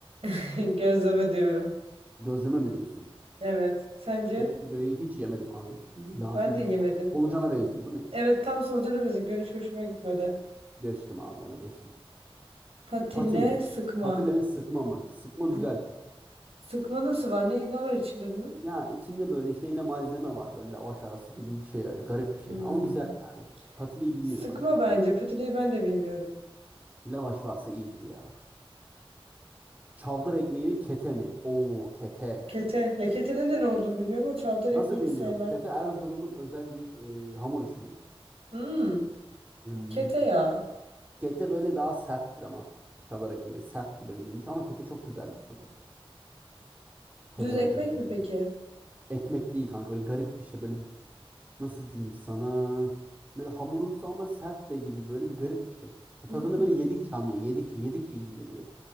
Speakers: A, on the right; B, on the right.
A: <laughs> Gözleme diyorum.
B: gözleme mi diyorsun?
A: Evet. Sence?
B: Erişte böreği hiç yemedim kanka. La
A: Ben
B: bir
A: de yemedim.
B: solucana benziyor. Bu ne?
A: Evet tam solucanı benziyor. Görünüş hoşuma gitmedi.
B: Geçtim abi onu geçtim.
A: Patille
B: Patile.
A: sıkma.
B: Patile mi sıkma mı? Sıkma
A: Bu
B: güzel.
A: sıkma nasıl var? Ne, ne var içinde bunun?
B: Ya içinde böyle işte yine malzeme var. Böyle lavaş arası gibi bir şey öyle garip bir şey.
A: Hmm.
B: Ama güzel yani. Patileyi bilmiyorum
A: Sıkma
B: kanka
A: bence.
B: ama.
A: Patileyi ben de bilmiyorum.
B: Lavaş varsa iyidir ya. Çavdar ekmeği mi kete mi? Oo kete.
A: Kete. Ya ketenin de ne olduğunu bilmiyorum ama çavdar ekmeğini
B: Nasıl bilmiyorsun?
A: sevmem.
B: Kete Erzurum'un özel bir e, hamur işidir.
A: Hmm.
B: Hmm.
A: Kete ya.
B: Kete böyle daha serttir ama. Kavala ekmeği serttir böyle geniş ama kete çok güzeldir tadı. Kete
A: Düz ekmek
B: bence de kete.
A: mi peki?
B: Ekmek değil kanka böyle garip bir şey böyle nasıl diyeyim sana. Böyle hamurumsu ama sert de gibi böyle bir garip bir şey.
A: Hmm.
B: Tadını böyle yedikçe anlıyorsun. Yedikçe yedikçe iyi geliyor.